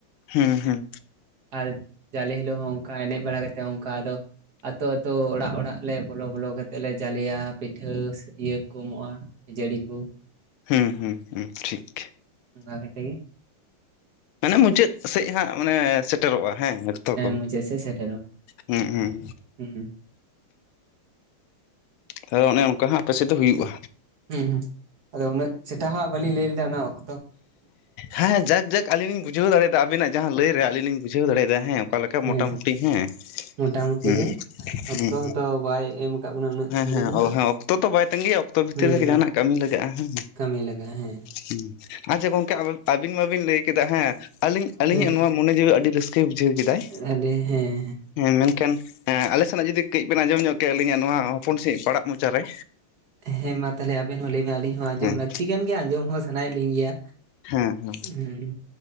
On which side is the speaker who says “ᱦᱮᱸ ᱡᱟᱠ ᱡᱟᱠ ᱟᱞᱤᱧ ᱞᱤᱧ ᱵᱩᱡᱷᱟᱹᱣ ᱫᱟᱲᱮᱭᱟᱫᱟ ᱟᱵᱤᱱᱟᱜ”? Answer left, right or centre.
Left